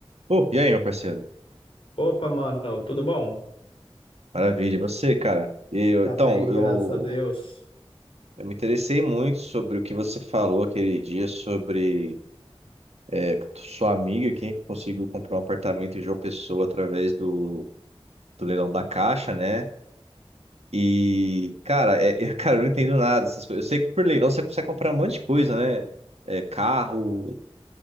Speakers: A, on the right (about 90°); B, on the left (about 55°).
A: Pô, e aí, meu parceiro?
B: Opa, mano, tudo bom?
A: Maravilha, e você, cara? Eu,
B: Tá
A: então,
B: bem,
A: eu,
B: graças a Deus.
A: eu me interessei muito sobre o que você falou aquele dia sobre é, sua amiga, quem conseguiu comprar um apartamento em João Pessoa através do, do leilão da Caixa, né? E, cara, é, <laughs> eu, cara, eu não entendo nada dessas coisas. Eu sei que por leilão você consegue comprar um monte de coisa, né? É, carro,